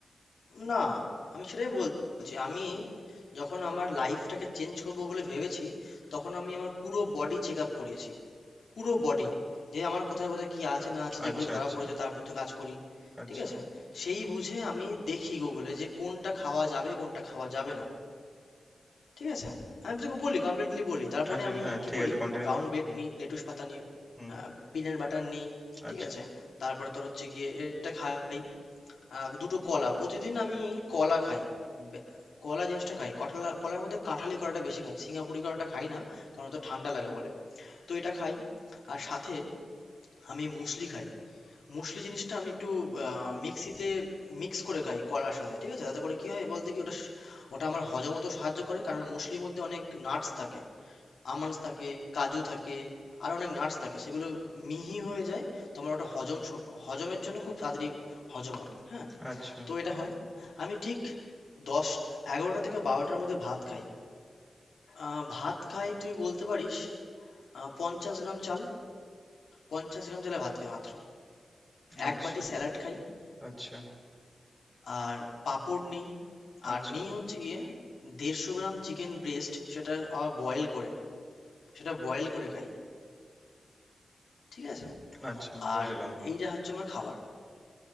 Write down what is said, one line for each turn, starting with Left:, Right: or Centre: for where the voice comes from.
Left: না আমি সেটাই বলছি আমি যখন আমার লাইফটাকে চেঞ্জ করব বলে ভেবেছি তখন আমি আমার পুরো বডি চেক আপ করিয়েছি পুরো বডি যে আমার কোথায় কোথায় কি আছে না আছে যেগুলো
Centre: আচ্ছা
Left: ধরা
Centre: আচ্ছা
Left: পড়েছে তার প্রতি কাজ করি
Centre: আচ্ছা,
Left: ঠিক আছে সেই বুঝে আমি দেখি গুগলে যে কোনটা খাওয়া যাবে কোনটা খাওয়া যাবে না ঠিক আছে আমি তোকে বলি কমপ্লিটলি বলি তারপরে
Centre: আচ্ছা
Left: আমি
Centre: হ্যাঁ
Left: কি
Centre: ঠিক
Left: করি
Centre: আছে কন্টিনিউ
Left: ব্রাউন
Centre: কর।
Left: ব্রেড
Centre: হুম,
Left: নিই লেটুস পাতা নিই
Centre: হুম,
Left: পিনাট বাটার নিই
Centre: আচ্ছা,
Left: ঠিক আছে তারপরে তোর হচ্ছে গিয়ে এটা খাই আহ দুটো কলা প্রতিদিন আমি কলা খাই বে- কলা জিনিসটা খাই কটলা কলার মধ্যে কাঁঠালি কলাটা বেশি খাই সিঙ্গাপুরি কলাটা খাই না কারণ ওটা ঠান্ডা লাগে বলে তো এটা খাই আর সাথে আমি মুসলি খাই মুসলি জিনিসটা আমি একটু আহ, মিক্সিতে মিক্স করে খাই কলার সাথে ঠিক আছে তাতে করে কি হয় বলতে কি ওটা স- ওটা আমার হজম হতে সাহায্য করে কারণ মুসলির মধ্যে অনেক নাটস থাকে আমন্ডস থাকে কাজু থাকে আর অনেক নাটস থাকে সেগুলো মিহি হয়ে যায় তোমার ওটা হজম স- হজমের জন্য খুব তাড়াতাড়ি হজম হয় হ্যাঁ
Centre: আচ্ছা,
Left: তো এটা হয় আমি ঠিক দশ এগারোটা থেকে বারোটার মধ্যে ভাত খাই আহ, ভাত খাই তুই বলতে পারিস আহ, পঞ্চাশ গ্রাম চাল পঞ্চাশ গ্রাম চালে ভাত খাই মাত্র
Centre: আচ্ছা,
Left: এক বাটি স্যালাড খাই
Centre: আচ্ছা,
Left: আর পাঁপড় নিই আর
Centre: আচ্ছা,
Left: নিই হচ্ছে গিয়ে দেড়শো গ্রাম চিকেন ব্রেস্ট সেটা আবার বয়েল করে সেটা বয়েল করে খাই ঠিক আছে
Centre: আচ্ছা বুঝলাম।
Left: আর এইটা হচ্ছে আমার খাবার